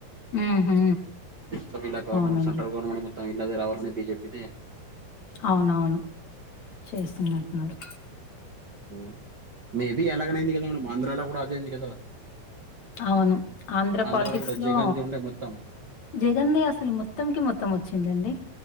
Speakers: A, on the left (about 55°); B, on the right (about 40°).
A: ఉహు
B: మొతం ఈల గవర్నమెంట్
A: అవునండి
B: సెంట్రల్ గవర్మెంట్ మొత్తం ఇలదే రావాలని బిజెపిది
A: అవునవును చేస్తున్నటున్నారు
B: ఊమ్ మేబీ అలాగైనైంది కదా మేడమ్ ఆంధ్రాలో కూడా అదేంది కదా
A: అవును ఆంధ్ర
B: ఆంధ్రాలో
A: పాల్టిక్స్
B: కూడా
A: లో
B: జగన్ది ఉండే మొత్తం
A: జగన్ది అసలు మొత్తం కే మొత్తం వచ్చిందండి